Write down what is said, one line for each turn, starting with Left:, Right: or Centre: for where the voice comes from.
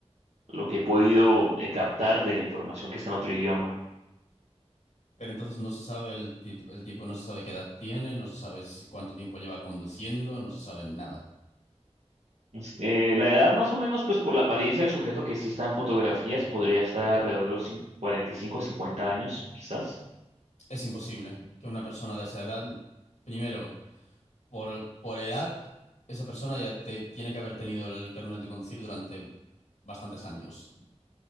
Right: lo que he podido eh, captar de la información que está en otro idioma.
Left: Pero entonces no se sabe el, ti- el tipo, no se sabe qué edad tiene, no se sabe si- cuánto tiempo lleva conduciendo, no se sabe nada.
Right: Es- eh, la edad más o menos, pues por la apariencia del sujeto que sí está en fotografías, podría estar alrededor de los cin- 45 a 50 años, quizás.
Left: Es imposible que una persona de esa edad, primero, por, por edad, esa persona ya te- tiene que haber tenido el carnet de conducir durante bastantes años,